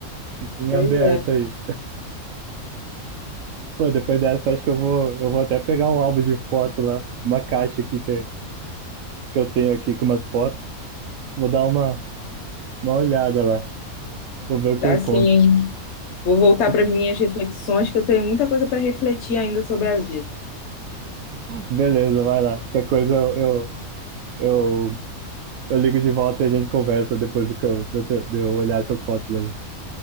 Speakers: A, on the right; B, on the left.
A: Fica em
B: Pois
A: aberto
B: é.
A: aí. Pô, depois dessa, acho que eu vou, eu vou até pegar um álbum de foto lá, uma caixa aqui que, que eu tenho aqui com umas fotos. Vou dar uma, uma olhada lá. Vou ver o que
B: Assim,
A: eu encontro.
B: vou voltar
A: <laughs>
B: para minhas reflexões, que eu tenho muita coisa para refletir ainda sobre a vida.
A: Beleza, vai lá. Qualquer coisa eu, eu, eu, eu ligo de volta e a gente conversa depois do que eu, de eu de eu olhar essas fotos aí.